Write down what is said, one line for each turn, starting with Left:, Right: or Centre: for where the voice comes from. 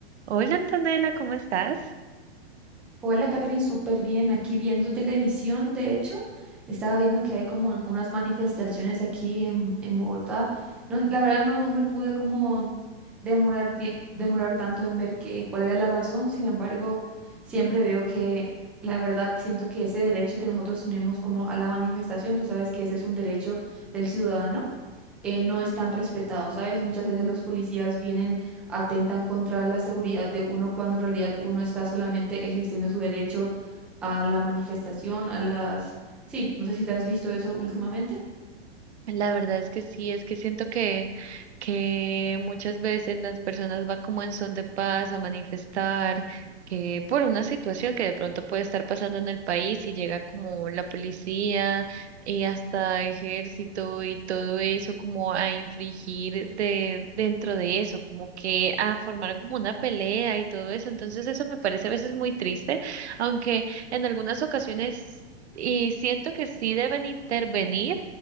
Right: Hola Antonella, ¿cómo estás?
Centre: Hola, Catherine, súper bien. Aquí viendo televisión, de hecho, estaba viendo que hay como unas manifestaciones aquí en, en Bogotá. No, la verdad no, no me pude como demorar, tie- demorar tanto en ver que, cuál era la razón. Sin embargo, siempre veo que la verdad siento que ese derecho que nosotros tenemos como a la manifestación, tú sabes que ese es un derecho del ciudadano eh, no están respetados, ¿sabes? Muchas veces los policías vienen, atentan contra la seguridad de uno cuando en realidad uno está solamente ejerciendo su derecho a la manifestación, a las... Sí, no sé si te has visto eso últimamente.
Right: La verdad es que sí, es que siento que, que muchas veces las personas van como en son de paz a manifestar que por una situación que de pronto puede estar pasando en el país y llega como la policía y hasta ejército y todo eso como a infringir de dentro de eso, como que a formar como una pelea y todo eso. Entonces eso me parece a veces muy triste, aunque en algunas ocasiones y siento que sí deben intervenir